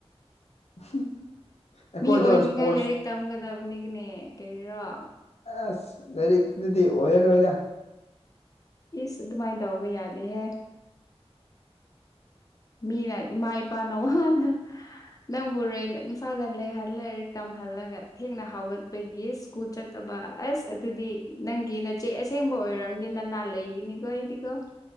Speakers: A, on the left (about 75°); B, on the left (about 35°).
A: <inaudible>
B: ꯃꯤ ꯑꯣꯏꯅꯤꯡꯉꯥꯏ
A: ꯏꯁꯄꯣꯔꯠꯁ
B: ꯂꯥꯏꯔꯤꯛ ꯇꯝꯒꯗꯕꯅꯤꯒꯤꯅꯦ ꯀꯔꯤꯔꯣ
A: ꯑꯁ ꯂꯥꯏꯔꯤꯛꯇꯨꯗꯤ ꯑꯣꯏꯔꯔꯣꯏꯗ
B: ꯏꯁ ꯑꯗꯨꯃꯥꯏꯟꯗꯥꯎꯕ ꯌꯥꯗꯦ ꯍꯥꯏ ꯃꯤꯅ ꯏꯃꯥ ꯏꯄꯥꯅ ꯋꯥꯅ ꯅꯪꯕꯨꯣꯔꯦꯩꯅ ꯏꯝꯐꯥꯜꯗ ꯂꯩꯍ ꯂꯥꯏꯔꯤꯛ ꯇ ꯍꯜꯂꯒ ꯊꯦꯡꯅ ꯍꯥꯎꯒꯠꯄꯒꯤ ꯁ꯭ꯀꯨꯜ ꯆꯠꯇꯕ ꯑꯁ ꯑꯗꯨꯗꯤ ꯅꯪꯒꯤ ꯅꯆꯦ ꯑꯁꯦꯡꯕ ꯍ ꯑꯣꯏꯔꯝꯗꯤ ꯅ ꯅ ꯂꯩꯒꯤꯅꯤꯒꯣ ꯏꯗꯤꯒꯣ